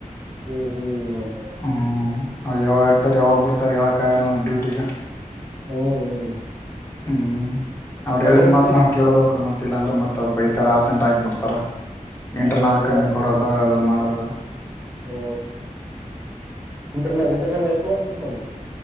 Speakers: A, on the right; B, on the left.
A: ಹ್ಮು ಹ್ಮು ಹ
B: ಹ್ಮು.. ಹ ಯಾವಾಗ ಹಾಕ್ತಾರೆ ಯಾವಾಗ ಬಿಡ್ತಾರ್ ಹೇಳಕ ಆಗಲ್ಲ ನಾನ ಡ್ಯೂಟಿಗೆ
A: ಹ್ಮ್ ಹ್ಮ್
B: ಹ್ಮು ಅವ್ರ
A: ಎರಡು
B: ಹೇಳಿದ್
A: ಗಂಟೆದಾಗ
B: ಮಾತ್ ನಾವ್ ಕೇಳ್ಬಬೇಕು. ಕ್ಕೂ ಮತ್ತ ಇಲ್ಲ ಅಂದ್ರೆ ಮತ್ ಬೈತಾರ ಅಬ್ಸೆಂಟ್ ಹಾಕಿ ಬಿಡ್ತಾರ. ಇಂಟರ್
A: ಹೌದೌದ
B: ನಲ್ ಕಮ್ಮಿ ಕೊಡೋದ. ದ ಮಾಡದು
A: ಹ್ಮ ಇಂಟರ್ನಲ್ ಇಂಟರ್ನಲ್ ಎಷ್ಟ ಮಾರ್ಕ್ಸ್ ತಗೊಂಡ್